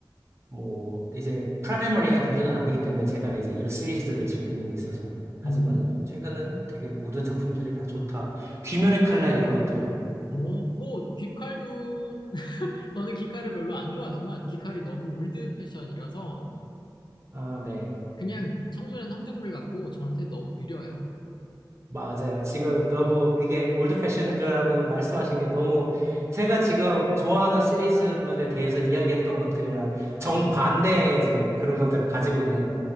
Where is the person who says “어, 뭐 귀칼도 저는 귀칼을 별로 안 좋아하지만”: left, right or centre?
Left